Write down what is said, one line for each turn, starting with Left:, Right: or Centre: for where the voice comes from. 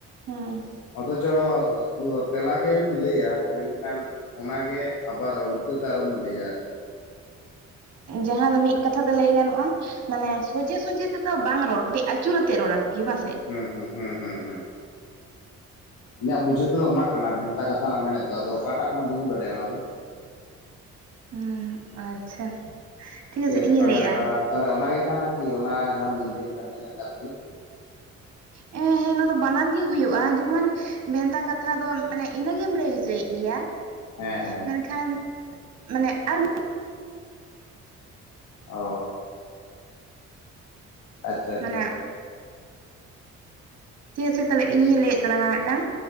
Right: ᱦᱮᱸ ᱾
Left: ᱚᱛᱷᱪᱚ ᱛᱮᱞᱟ ᱜᱮᱢ ᱞᱟᱹᱭᱟ ᱢᱮᱱᱠᱷᱟᱱ ᱚᱱᱟ ᱜᱮ ᱟᱵᱟᱨ ᱩᱞᱴᱟᱹᱛᱮ ᱟᱨᱚᱢ ᱞᱟᱹᱭᱟ ᱟᱨᱠᱤ ᱾
Right: ᱡᱟᱦᱟᱸ ᱫᱚ ᱢᱤᱫ ᱠᱟᱛᱷᱟ ᱛᱮ ᱞᱟᱹᱭ ᱜᱟᱱᱚᱜᱼᱟ ᱢᱟᱱᱮ ᱥᱚᱡᱷᱮ ᱥᱚᱡᱷᱮ ᱛᱮᱫᱚ ᱵᱟᱝ ᱨᱚᱲ ᱠᱟᱹᱴᱤᱡ ᱟᱹᱪᱩᱨᱟᱛᱮᱫ ᱨᱚᱲ ᱟᱨᱠᱤ ᱾ ᱵᱟᱝᱥᱮ?
Left: ᱦᱩᱸ ᱦᱩᱸ ᱦᱩᱸ ᱦᱩᱸ ᱦᱩᱸ ᱤᱧᱟᱹᱜ ᱵᱩᱡᱷᱟᱹᱣ ᱫᱚ ᱚᱱᱠᱟ ᱠᱟᱱᱟ ᱵᱷᱮᱱᱛᱟ ᱠᱟᱛᱷᱟ ᱨᱮᱱᱟᱜ ᱢᱮᱱᱮᱫ ᱫᱚ ᱟᱫᱚ ᱚᱠᱟᱴᱟᱜ ᱠᱟᱱᱟ ᱵᱟᱹᱧ ᱵᱟᱰᱟᱭᱟ ᱚᱱᱟ ᱫᱚ
Right: ᱩᱸ ᱟᱪᱪᱷᱟ ᱴᱷᱤᱠ
Left: ᱪᱮ
Right: ᱟᱪᱷᱮ ᱤᱧ
Left: ᱛᱟᱦᱚᱞᱮ
Right: ᱞᱟᱹᱭᱮᱜᱼᱟ
Left: ᱛᱟᱦᱚᱞᱮ ᱚᱱᱟᱜᱮ ᱠᱟᱱᱟ ᱠᱤ ᱚᱱᱟ ᱡᱟᱦᱟᱸ ᱟᱢ ᱞᱟᱹᱭ ᱠᱮᱫᱟ ᱢᱮᱱᱮᱫ ᱟᱨᱠᱤ
Right: ᱦᱮᱸ ᱦᱮᱸ ᱱᱚᱶᱟ ᱫᱚ ᱵᱟᱱᱟᱨ ᱜᱮ ᱦᱩᱭᱩᱜᱼᱟ ᱡᱮᱢᱚᱱ ᱵᱷᱮᱱᱛᱟ ᱠᱟᱛᱷᱟ ᱫᱚ ᱢᱟᱱᱮ ᱤᱱᱟᱹᱜᱮᱢ ᱞᱟᱹᱭ ᱦᱚᱪᱚᱭᱮᱫ ᱜᱮᱭᱟ
Left: ᱦᱮᱸ ᱦᱮᱸ
Right: ᱢᱮᱱᱷᱟ ᱢᱟᱱᱮ ᱟᱨ
Left: ᱚ ᱟᱪᱪᱷᱟ ᱟᱪᱪᱷᱟ
Right: ᱢᱟᱱᱮ ᱟᱪᱷᱮ ᱛᱟᱦᱞᱮ ᱤᱧᱤᱧ ᱞᱟᱹᱭᱮᱫ ᱛᱟᱞᱟᱝᱟ ᱢᱤᱫᱴᱟᱝ